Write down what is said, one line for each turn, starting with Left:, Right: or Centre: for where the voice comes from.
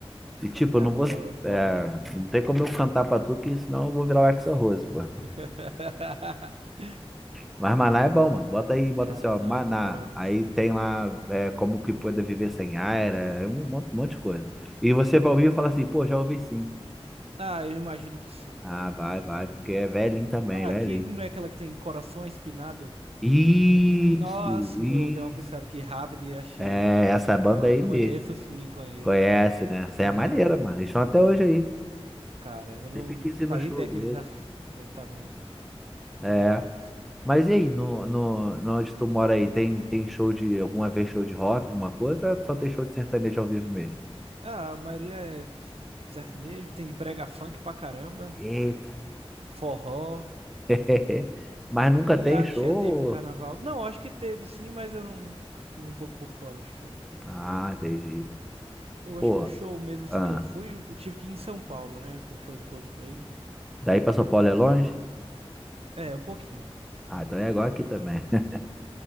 Centre: E tipo,
Right: Tá,
Centre: eu não
Right: vou
Centre: vou.
Right: dar, vou
Centre: é,
Right: anotar aqui, vou procurar.
Centre: não tem como eu cantar pra tu, que senão eu vou virar o Axl Rose, pô.
Right: <laughs>
Centre: Mas maná é bom, mano. Bota aí, bota
Right: Cara,
Centre: assim, ó,
Right: vou dar
Centre: maná.
Right: uma procurada.
Centre: Aí
Right: Dessa.
Centre: tem lá é, como que pode viver sem ar, é é um monte, um monte de coisa. E você vai ouvir e fala assim, pô, já ouvi sim.
Right: Ah, eu imagino que sim.
Centre: Ah, vai,
Right: Eu
Centre: vai,
Right: imagino
Centre: porque é velhinho também,
Right: Ah,
Centre: velhinho.
Right: aqui não é aquela que tem coração espinado?
Centre: Isso,
Right: Nossa, sim,
Centre: isso.
Right: eu dei uma pesquisada aqui rápida e achei
Centre: É,
Right: aqui.
Centre: essa
Right: Não,
Centre: banda aí
Right: conheço
Centre: mesmo.
Right: sim, conheço.
Centre: Conhece, né? Essa
Right: Aham.
Centre: é maneira, mano. Eles estão até hoje aí.
Right: Caramba, eu não
Centre: Sempre quis ir
Right: fazia
Centre: no show
Right: ideia que
Centre: deles.
Right: eles ainda, f- ainda estavam
Centre: É.
Right: em alta, assim.
Centre: Mas e aí, no, no, no onde tu mora aí, tem, tem show de, alguma vez show de rock, alguma coisa? Ou só tem show de sertanejo ao vivo mesmo?
Right: Ah, a maioria é sertanejo, tem brega funk pra caramba,
Centre: Eita.
Right: forró.
Centre: <laughs> Mas nunca
Right: E
Centre: tem
Right: axé
Centre: show.
Right: teve no carnaval. Não, acho que teve sim, mas eu não fico um pouco por fora de show.
Centre: Ah, entendi.
Right: Eu acho
Centre: Pô,
Right: que o show mesmo assim
Centre: ah,
Right: que eu fui, eu tive que ir em São Paulo, né? Foi o show do Coldplay.
Centre: daí pra São Paulo é longe?
Right: É, um pouquinho,
Centre: Ah, então é igual
Right: um
Centre: aqui
Right: pouquinho.
Centre: também. <laughs>